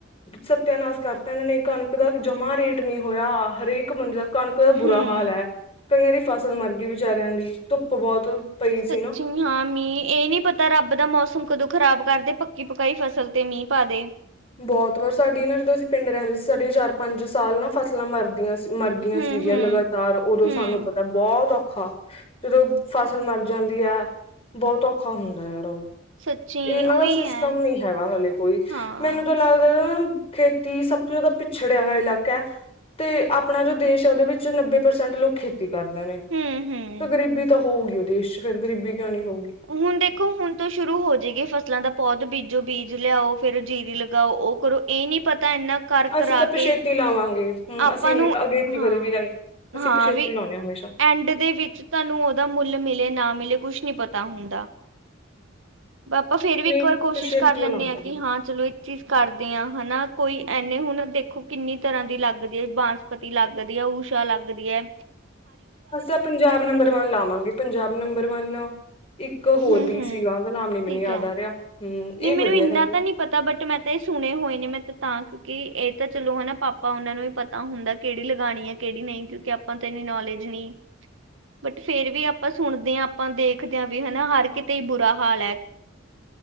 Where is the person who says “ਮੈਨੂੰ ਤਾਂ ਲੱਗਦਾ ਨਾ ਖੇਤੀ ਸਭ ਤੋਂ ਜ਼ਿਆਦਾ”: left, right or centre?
Left